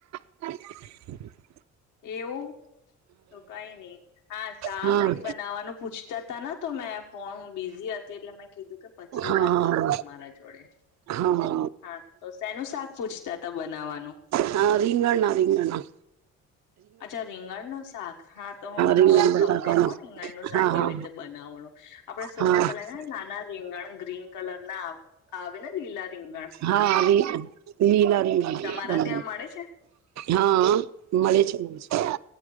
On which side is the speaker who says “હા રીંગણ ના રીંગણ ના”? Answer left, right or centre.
Right